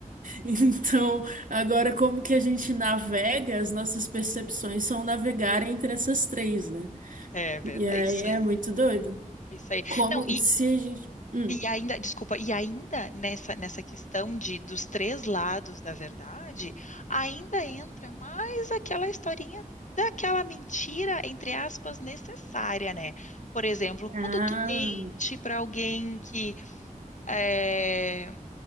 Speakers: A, on the right (about 70°); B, on the left (about 60°).
A: Então, agora como que a gente navega, as nossas percepções são navegar entre essas três, né?
B: É verdade,
A: E aí
B: isso
A: é
B: aí.
A: muito doido.
B: Isso aí.
A: Como
B: Não,
A: se a gente. Hum.
B: E ainda, desculpa, e ainda nessa, nessa questão de dos três lados da verdade, ainda entra mais aquela historinha daquela mentira, entre aspas, necessária, né? Por exemplo, quando
A: Ah,
B: tu mente para alguém que eh,